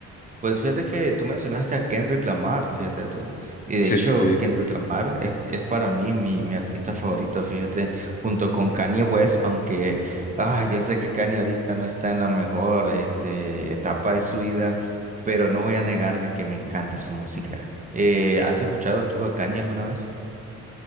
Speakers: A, on the right; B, on the left.
A: Pues fíjate que tú mencionaste a Kendrick Lamar, fíjate tú. Y de
B: Sí,
A: hecho,
B: sí. sí.
A: Kendrick Lamar es, es para mí mi, mi artista favorito, fíjate, junto con Kanye West, aunque ah, yo sé que Kanye ahorita no está en la mejor este, etapa de su vida, pero no voy a negar de que me encanta su música. Eh, ¿has escuchado tú a Kanye alguna vez?